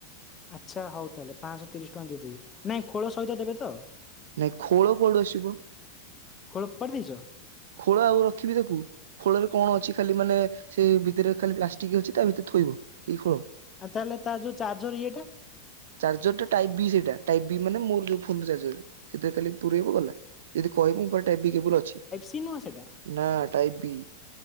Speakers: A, on the left; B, on the right.
A: ଆଚ୍ଛା ହଉ ତାହେଲେ ପାଞ୍ଚଶହ ତିରିଶ ଟଙ୍କା ଦେଇଦେବି ନାଇଁ ଖୋଳ ସହିତ ଦେବେ ତ?
B: ନାଇଁ ଖୋଳ କୁଆଡୁ ଆସିବ?
A: ଖୋଳ ଫୋପାଡି ଦେଇଛ
B: ଖୋଳ ଆଉ ରଖିବି ତାକୁ। ଖୋଳରେ କଣ ଅଛି ଖାଲି ମାନେ ସେ ଭିତରେ ଖାଲି ପ୍ଲାଷ୍ଟିକ ଅଛି ତା ଭିତରେ ଥୋଇବ। ସେଇ ଖୋଳ
A: ଆଉ ତାହେଲେ ତା ଯୋଉ ଚାର୍ଜର ଇଏଟା
B: ଚାର୍ଜର ଟା ଟାଇପ ବି ସେଇଟା ଟାଇପ୍ ବି ମାନେ ମୋର ଯଉ ଫୋନ୍ ର ଚାର୍ଜର ସେଥିରେ ଖାଲି ପୁରେଇବ ଗଲା ଯଦି କହିବ ମୋ ପାଖରେ ଟାଇପ ବି କେବୁଲ ଅଛି।
A: ତି ନୁଆ ସେଟା
B: ନା ଟାଇପ୍ ବି